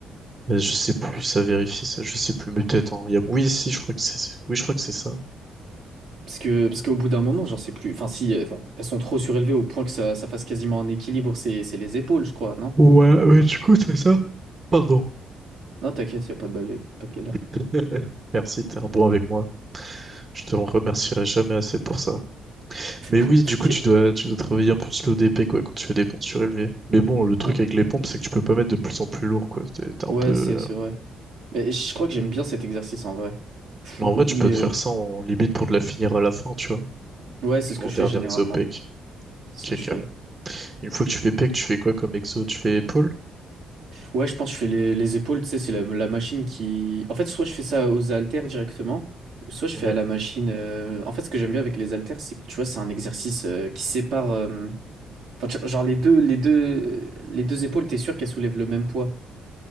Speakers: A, on the right (about 30°); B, on the right (about 75°).
A: Euh, Je sais plus, ça vérifie ça, je sais plus, mais peut-être, hein. Il y a- Oui, si, je crois que c'est, oui, je crois que c'est ça.
B: Parce que parce qu'au bout d'un moment, genre c'est plus, enfin si, euh, bon, elles sont trop surélevées au point que ça, ça fasse quasiment un équilibre, c'est c'est les épaules, je crois, non?
A: Ouais, mais du coup, c'est ça. Pardon.
B: Non, t'inquiète, y a pas de bagarre, pas de galère,
A: <laughs> Merci, t'es un bon avec moi. Je te remercierai jamais assez pour ça. Mais oui,
B: <laughs> pas
A: du coup,
B: de galère.
A: tu dois, tu dois travailler un peu plus le DP, quoi, quand tu fais des pompes surélevées. Mais bon, le truc
B: Ouais,
A: avec les pompes, c'est que tu peux pas mettre de plus en plus lourd, quoi. T'es t'es un
B: Ouais,
A: peu...
B: c'est c'est
A: euh,
B: vrai. Mais je crois que j'aime bien cet exercice en vrai. <laughs>
A: Mais en
B: Mais
A: vrai, tu peux te
B: euh,
A: faire ça en limite pour de la finir à la fin, tu vois.
B: ouais, c'est
A: Genre
B: ce que
A: en
B: je
A: dernier
B: fais généralement,
A: exo pec.
B: c'est
A: Ok,
B: ce que je
A: calme.
B: fais.
A: Une fois que tu fais pec, tu fais quoi comme exo? Tu fais épaule?
B: Ouais, je pense que je fais les, les épaules, tu sais, c'est la, la machine qui... En fait, soit je fais ça aux haltères directement, ou soit je
A: Ouais.
B: fais à la machine... euh, En fait, ce que j'aime bien avec les haltères, c'est que, tu vois, c'est un exercice euh, qui sépare... euh, Enfin, tu- genre, les deux, les deux, les deux épaules, t'es sûr qu'elles soulèvent le même poids.